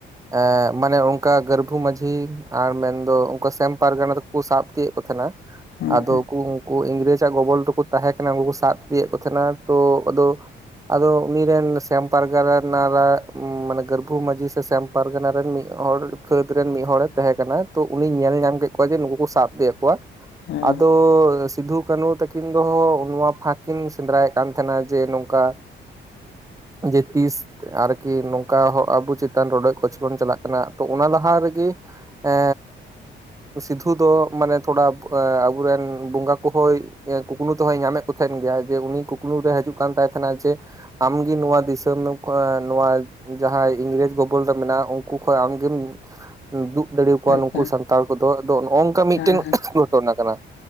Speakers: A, on the right; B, on the left.
A: ᱮ ᱢᱟᱱᱮ ᱚᱱᱠᱟ ᱜᱚᱨᱵᱷᱩ ᱢᱟᱡᱷᱤ ᱟᱨ ᱢᱮᱱᱫᱚ ᱚᱱᱠᱟ ᱥᱮᱢ ᱯᱟᱨᱜᱟᱱᱟ ᱫᱚ ᱠᱚ ᱥᱟᱵ ᱛᱤᱭᱳ ᱮᱫ ᱠᱚ ᱛᱟᱦᱮᱱᱟ ᱾
B: ᱦᱮᱸ
A: ᱟᱫᱚ
B: ᱦᱮᱸ
A: ᱩᱱᱠᱩ ᱤᱝᱨᱮᱡ ᱟᱜ ᱜᱚᱵᱚᱞ ᱨᱮᱠᱚ ᱛᱟᱦᱮᱸ ᱠᱟᱱᱟ ᱩᱱᱠᱩ ᱥᱟᱵ ᱤᱫᱤᱭᱮᱫ ᱠᱚ ᱛᱟᱦᱮᱸᱱᱟ ᱛᱚ ᱟᱫᱚ ᱟᱫᱚ ᱩᱱᱤ ᱨᱮᱱ ᱥᱮᱢ ᱯᱟᱨᱜᱟᱨ ᱨᱮᱱᱟᱜ ᱢᱟᱱᱮ ᱜᱚᱨᱵᱷᱚ ᱢᱟᱡᱷᱤ ᱥᱮ ᱥᱮᱢ ᱯᱟᱨᱜᱟᱱᱟ ᱨᱮᱱ ᱢᱤᱫ ᱦᱚᱲ ᱠᱷᱟᱹᱫᱽ ᱨᱮᱱ ᱢᱤᱫ ᱦᱚᱲᱮ ᱛᱟᱦᱮᱸ ᱠᱟᱱᱟ ᱛᱚ ᱩᱱᱤ ᱧᱮᱞ ᱧᱟᱢ ᱠᱮᱫ ᱠᱚᱣᱟ ᱡᱮ ᱱᱩᱠᱩ ᱠᱚ ᱥᱟᱵ ᱤᱫᱤᱭᱮᱫ ᱠᱚᱣᱟ ᱾
B: ᱦᱮᱸ
A: ᱟᱫᱚ ᱥᱤᱫᱩ ᱠᱟᱹᱱᱦᱩ ᱛᱟᱹᱠᱤᱱ ᱫᱚ ᱱᱚᱣᱟ ᱯᱷᱟᱸᱠ ᱠᱤᱱ ᱥᱮᱸᱫᱽᱨᱟᱭᱮᱫ ᱠᱟᱱ ᱛᱟᱦᱮᱸᱱᱟ ᱡᱮ ᱱᱚᱝᱠᱟ ᱡᱮ ᱛᱤᱥ ᱟᱨᱠᱤ ᱱᱚᱝᱠᱟ ᱟᱵᱚ ᱪᱮᱛᱟᱱ ᱨᱚᱰᱚᱡ ᱠᱚᱪᱞᱚᱱ ᱪᱟᱞᱟᱜ ᱠᱟᱱᱟ ᱛᱚ ᱚᱱᱟ ᱞᱟᱦᱟ ᱨᱮᱜᱮ ᱮ ᱥᱤᱫᱷᱩ ᱫᱚ ᱢᱟᱱᱮ ᱛᱷᱚᱲᱟ ᱟᱵᱚ ᱨᱮᱱ ᱵᱚᱸᱜᱟ ᱠᱚᱦᱚᱭ ᱠᱩᱠᱢᱩ ᱛᱮᱦᱚᱸᱭ ᱧᱟᱢᱮᱫ ᱠᱚ ᱛᱟᱦᱮᱱ ᱜᱮᱭᱟ ᱡᱮ ᱩᱱᱤ ᱠᱩᱠᱢᱩ ᱨᱮᱭ ᱦᱤᱡᱩᱜ ᱠᱟᱱ ᱛᱟᱦᱮᱱᱟ ᱡᱮ ᱟᱢᱜᱮ ᱱᱚᱣᱟ ᱫᱤᱥᱚᱢᱮᱢ ᱱᱚᱣᱟ ᱡᱟᱦᱟᱸᱭ ᱤᱝᱨᱮᱡᱽ ᱜᱚᱵᱚᱞ ᱨᱮ ᱢᱮᱱᱟᱜ ᱩᱱᱠᱩ ᱠᱷᱚᱡ ᱟᱢᱜᱮᱢ ᱫᱩᱜ ᱫᱟᱲᱮ ᱟᱠᱚᱣᱟ
B: ᱟᱪᱪᱷᱟ
A: ᱱᱩᱠᱩ ᱥᱟᱱᱛᱟᱲ ᱠᱚᱫᱚ ᱟᱫᱚ ᱱᱚᱜ ᱱᱚᱝᱠᱟ ᱢᱤᱫᱴᱮᱱ
B: ᱦᱮᱸ ᱦᱮᱸ
A: ᱜᱷᱚᱴᱚᱱᱟ ᱠᱟᱱᱟ